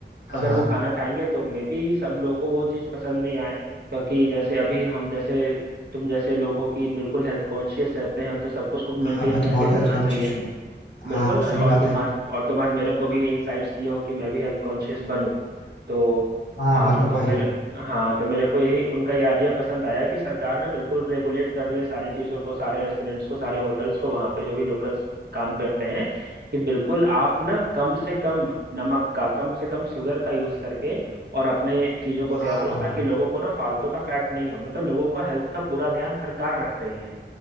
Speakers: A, on the left (about 75°); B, on the right (about 60°).
A: हाँ
B: अगर
A: हाँ
B: वो खाना खाएंगे तो मे बी सब लोग को वो चीज़ पसंद नहीं आए क्योंकि जैसे अभी हम जैसे तुम जैसे लोग हो कि बिल्कुल हेल्थ कॉन्शियस रहते हैं तो सब कुछ को मेंटेन
A: हाँ मैं तो
B: करके
A: बहुत हेल्थ
B: चलना
A: कॉन्शियस
B: चाहिए
A: हूँ
B: बिल्कुल
A: हाँ
B: ना
A: सही बात
B: और तुम
A: है
B: आज और तुम आज मेरे को भी इनसाइट्स दिए हो कि मैं भी हेल्थ कॉन्शियस बनूं तो
A: हाँ
B: हाँ
A: बनो
B: तो
A: भाई
B: मेरे हाँ तो मेरे को यही उनका ये आइडिया पसंद आया कि सरकार ना बिल्कुल रेगुलेट कर रही है सारी चीज़ों को सारे रेस्टोरेंट्स को सारे होटल्स को वहाँ पे जो भी लोकल्स काम करते हैं कि बिल्कुल आप ना कम से कम नमक का कम से कम शुगर का यूज़ करके और अपने चीज़ों को
A: हाँ
B: तैयार करो ताकि लोगों को ना फालतू का फैट नहीं हो मतलब लोगों का हेल्थ का पूरा ध्यान सरकार रख रही है